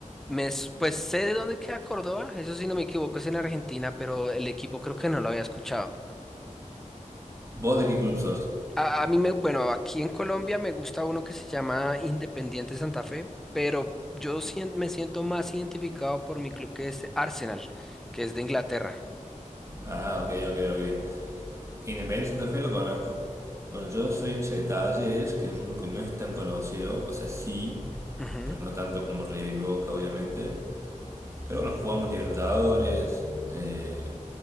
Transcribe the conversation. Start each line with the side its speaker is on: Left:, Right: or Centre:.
Centre: Me, s- pues sé de dónde queda Córdoba, eso sí no me equivoco, es en Argentina, pero el equipo creo que no lo había escuchado.
Right: ¿Vos de qué club sos?
Centre: A, a mí me, bueno, aquí en Colombia me gusta uno que se llama Independiente Santa Fe, pero yo sien- me siento más identificado por mi club que es Arsenal, que es de Inglaterra.
Right: Ah, ok, ok, ok. Independiente Santa Fe lo conozco. Bueno, yo soy hincha de Talleres, que es un club que no es tan conocido, o sea, sí,
Centre: Ujú.
Right: pero no tanto como River y Boca, obviamente. Pero bueno, jugamos Libertadores. eh,